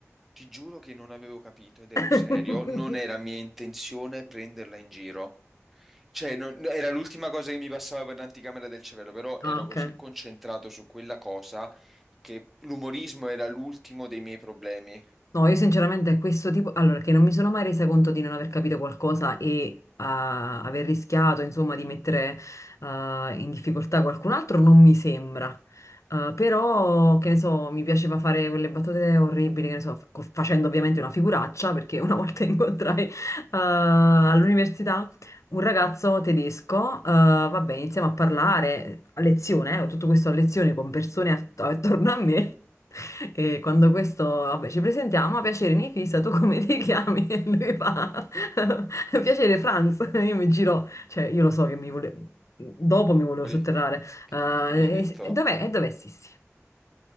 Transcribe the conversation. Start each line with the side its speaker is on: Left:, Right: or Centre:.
Centre: Ti giuro che non avevo capito ed ero
Left: <laughs>
Centre: serio. Non era mia intenzione prenderla in giro. Cioè, non- no, era l'ultima cosa che mi passava per l'anticamera del cervello, però
Left: Ah,
Centre: ero
Left: Ok.
Centre: così concentrato su quella cosa che l'umorismo era l'ultimo dei miei problemi.
Left: No, io sinceramente questo tipo, allora che non mi sono mai resa conto di non aver capito qualcosa e ah, aver rischiato, insomma, di mettere ah, in difficoltà qualcun altro, non mi sembra. Ah, però, che ne so, mi piaceva fare quelle battute orribili, che ne so, fa- facendo ovviamente una figuraccia, perché una volta <laughs> incontrai ah, all'università un ragazzo tedesco, eh, vabbè, iniziamo a parlare a lezione, eh, tutto questo a lezione con persone att- attorno a me. <laughs> E quando questo, vabbè, ci presentiamo, a piacere Nifisa, tu come ti chiami? <laughs> E lui fa, <laughs> piacere Franz. <laughs> Io mi giro, cioè io lo so che mi volevo, dopo mi volevo
Centre: Poi
Left: sotterrare.
Centre: che-
Left: Eh,
Centre: gli ho detto,
Left: e- e dov'è? E dov'è Sissi?